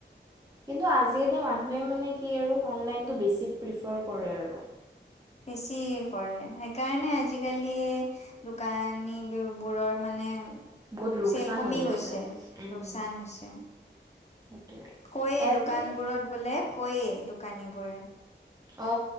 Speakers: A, on the right; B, on the left.
A: কিন্তু আজিকালি মানুহে মানে কি আৰু অনলাইনটো বেছি প্ৰিফাৰ কৰে আৰু,
B: বেছি কৰে সেইকাৰণে আজিকালি দোকানী বোৰৰ মানে
A: বহুত লোকচান
B: চেল কমি
A: হৈ
B: গৈছে
A: উম
B: লোকচান হৈছে,
A: সেইটোৱে
B: কৈয়ে
A: ইয়াতে
B: দোকানবোৰত বোলে কৈয়ে দোকানী বোৰে
A: অ